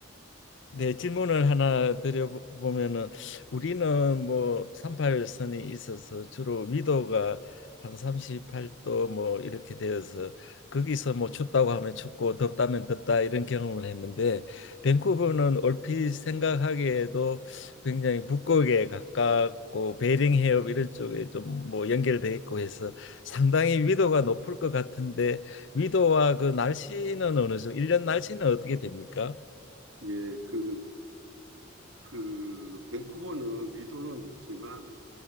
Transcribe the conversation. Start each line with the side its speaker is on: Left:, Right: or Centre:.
Left: 네, 질문을 하나 드려보면은 우리는 뭐 38선이 있어서 주로 위도가 한 38도 뭐 이렇게 되어서 거기서 뭐 춥다고 하면 춥고 덥다면 덥다 이런 경험을 했는데 밴쿠버는 얼핏 생각하기에도 굉장히 북극에 가깝고 베링 해협 이런 쪽에 좀 뭐 연결돼 있고 해서 상당히 위도가 높을 것 같은데 위도와 그 날씨는 어느 정도 일년 날씨는 어떻게 됩니까?
Right: 예, 그, 그, 밴쿠버는 위도는 높지만,